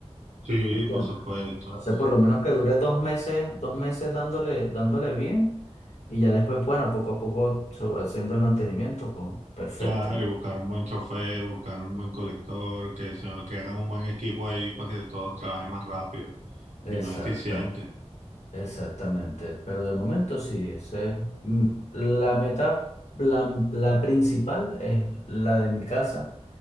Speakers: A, on the right; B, on the left.
A: Sí,
B: ¿Entiendes?
A: por supuesto.
B: Entonces, por lo menos que dure dos meses, dos meses dándole, dándole bien, y ya después, bueno, poco a poco se va haciendo el mantenimiento con perfecto,
A: Claro,
B: me
A: y
B: da.
A: buscar un buen chofer, buscar un buen colector, que, se, que hagan un buen equipo ahí para que todos trabajen más rápido
B: Exacta,
A: y más eficiente.
B: exactamente. Pero de momento sí, ese es, mm, la meta, la, la principal es la de mi casa.